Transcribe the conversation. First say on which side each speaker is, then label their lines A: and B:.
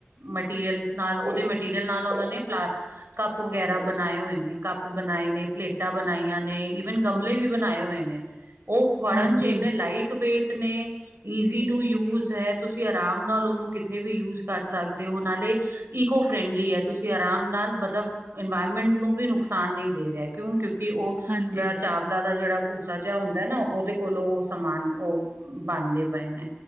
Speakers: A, on the right (about 70°); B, on the right (about 50°).
A: ਮਟੀਰੀਅਲ ਨਾਲ ਉਹਦੇ ਮਟੀਰੀਅਲ ਨਾਲ ਉਹਨਾਂ ਨੇ ਪਲਾ। ਕੱਪ ਵਗੈਰਾ ਬਣਾਏ ਹੋਏ ਨੇ ਕੱਪ ਬਣਾਏ ਨੇ ਪਲੇਟਾਂ ਬਣਾਈਆਂ ਨੇ ਈਵਨ ਗਮਲੇ ਵੀ ਬਣਾਏ ਹੋਏ ਨੇ। ਉਹ ਫੜਨ
B: ਹਾਂਜੀ
A: ਚ ਇੰਨੇ
B: ਹਾਂਜੀ
A: ਲਾਈਟ ਵੇਟ ਨੇ। ਈਜ਼ੀ ਟੂ ਯੂਜ ਹੈ। ਤੁਸੀਂ ਆਰਾਮ ਨਾਲ ਉਹਨੂੰ ਕਿਥੇ ਵੀ ਯੂਜ ਕਰ ਸਕਦੇ ਹੋ ਨਾਲੇ। ਇਕੋ ਫਰੈਂਡਲੀ ਹੈ ਤੁਸੀਂ। ਆਰਾਮ ਨਾਲ ਮਤਲਬ ਇਨਵਾਇਰਮੈਂਟ ਨੂੰ ਵੀ ਨੁਕਸਾਨ ਨਹੀਂ ਦੇ ਰਿਹਾ ਕਿਉਂ ਕਿਉਂਕਿ ਉਹ।
B: ਹਾਂਜੀ
A: ਜਿਹੜਾ ਚਾਵਲਾ ਦਾ ਜਿਹੜਾ। ਭੂਸਾ ਜਿਹਾ ਹੁੰਦਾ ਨਾ ਉਹਦੇ ਕੋਲੋਂ ਉਹ ਸਮਾਨ ਉਹ ਬਣਦੇ ਪਏ ਨੇ।